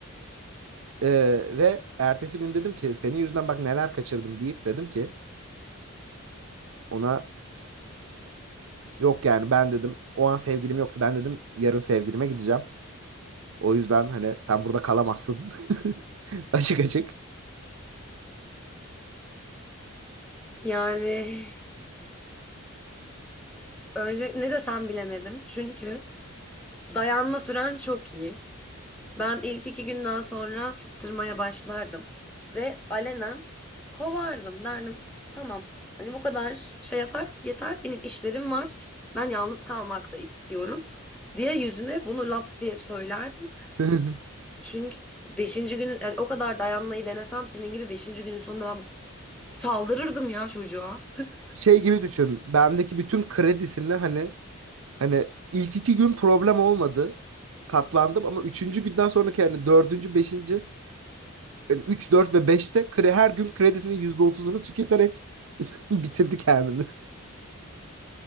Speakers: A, on the right (about 70°); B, in the centre.
A: Ee, ve ertesi gün dedim ki senin yüzünden bak neler kaçırdım deyip dedim ki ona yok yani ben dedim o an sevgilim yoktu ben dedim yarın sevgilime gideceğim. O yüzden hani sen burada kalamazsın. <laughs> Açık açık.
B: Yani önce ne desem bilemedim. Çünkü dayanma süren çok iyi. Ben ilk iki günden sonra fıttırmaya başlardım ve alenen kovardım derdim. Tamam hani bu kadar şey yapar yeter benim işlerim var ben yalnız kalmak da istiyorum diye yüzüne bunu laps diye söylerdim.
A: <laughs>
B: Çünkü beşinci günün yani o kadar dayanmayı denesem senin gibi beşinci günün sonunda ben saldırırdım ya çocuğa. <laughs>
A: Şey gibi düşün. Bendeki bütün kredisini hani hani ilk iki gün problem olmadı. Katlandım ama üçüncü günden sonraki hani dördüncü, beşinci yani üç, dört ve beşte kre- her gün kredisinin yüzde otuzunu tüketerek <laughs> bitirdi kendini.